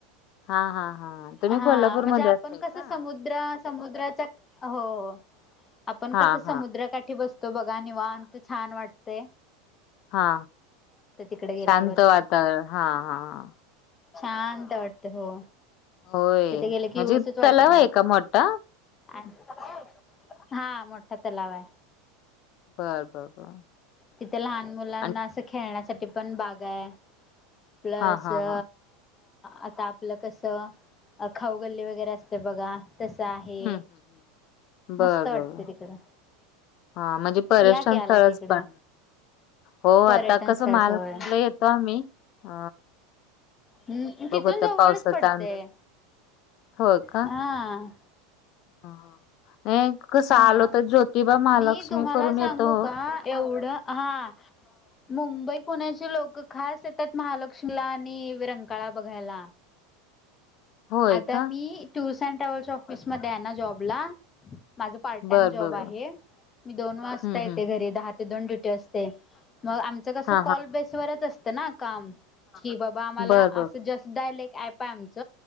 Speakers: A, on the left; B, on the left.
A: हा हा हा तुम्ही
B: हा
A: कोल्हापूरमध्ये
B: म्हणजे आपण
A: असताय
B: कस
A: का
B: समुद समुद्रा हो आपण
A: हा
B: कस
A: हा
B: समुद्राकाठी बसो तो बघा निवांत तर छान वाटते
A: हा
B: तिकडे गेल्यावर
A: शांत वातावरण हा हा ह
B: शांत वाटते हो
A: होय
B: तिथे गेले
A: म्हणजे
B: की यूसच वाटत
A: तलाव आहे
B: नाही
A: का मोठा
B: आणि हा मोठा तलाव आहे
A: बर बर बर
B: तिथे लहान मुलांना
A: आणि
B: असं खेळण्यासाठी पण बाग आहे प्लस
A: हा हा
B: अ
A: हा
B: आता आपलं कसं खाऊगल्ली वगैरे असतें बघा तसं आहे
A: हम्म हम्म
B: मस्त
A: बर
B: वाटते
A: बर
B: तिकडं
A: हा म्हणजे पर्यशन
B: या की आला
A: स्थळच
B: की इकडं
A: ब हो,
B: पर्यटन
A: आता कसं
B: स्थळच
A: महालक्ष्मीला
B: होय
A: येतो आम्ही अ
B: हम्म!
A: बघू
B: तिथून
A: आता
B: जवळच
A: पावसाचा
B: पडतय,
A: अंदाज होय का
B: हा.
A: हा, कसं
B: हा
A: आलो तर ज्योतिबा, महालक्ष्मी
B: आणि तुम्हाला
A: करून
B: सांगू
A: येतो.
B: का एवढं हा मुंबई पुण्याचे लोक खास येतात, महालक्ष्मीला, आणि रंकाळा बघायला.
A: होय
B: आता
A: का
B: मी टूअर्स, अँड ट्रॅव्हल्स, ऑफिसमध्ये आहे ना जॉबला माझ पार्ट टाइम
A: बर
B: जॉब
A: बर
B: आहे,
A: बर
B: मी दोन वाजता
A: हम्म
B: येते
A: हम्म
B: घरी दहा दोन ड्युटी असते, मग आमच कस
A: हा
B: कॉल
A: हा
B: बेस वच असतं ना काम, कि बा आम्हाला
A: बर बर बर.
B: जस्ट डायलॉग आहे आमच,